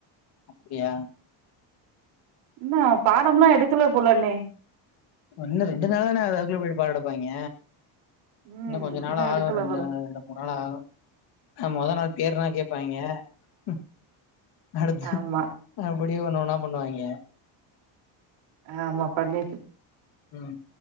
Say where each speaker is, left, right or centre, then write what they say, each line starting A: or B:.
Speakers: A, on the left (about 55°); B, on the right (about 80°).
A: அப்டியா
B: இன்னம் பாடம் எல்லா எடுக்கல புலேனே
A: ஒன்னும் ரெண்டு நாள் தானே ஆகுது அதுக்குல எப்டி பாடம் எடுப்பாங்க
B: ம்
A: இன்னும் கொஞ்சே நாள்
B: இன்னு
A: ஆகும்
B: எடுக்கல
A: ரெண்டு
B: போல
A: ரெண்டு மூணு நாள் ஆகும் ஆ மொத நாள் பேர்னா கேப்பாங்க <unintelligible> அடுத்து
B: ஆமா
A: அப்டியோ ஒன்னுன்னா பண்ணுவாங்க
B: ஆமா பண்ணிட்
A: உஹம்